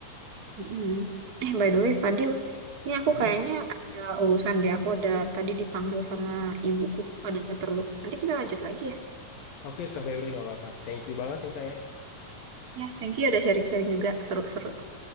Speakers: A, on the right; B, on the left.
A: Mm-mm. Eh, by the way, Fadil, ini aku
B: Mm-mm.
A: kayaknya ada urusan deh. Aku ada tadi dipanggil sama ibuku, ada perlu. Nanti kita lanjut lagi ya.
B: Oke, Kak Febri nggak apa-apa. Thank you banget nih Kak ya.
A: Ya, thank you udah sharing-sharing juga. Seru-seru.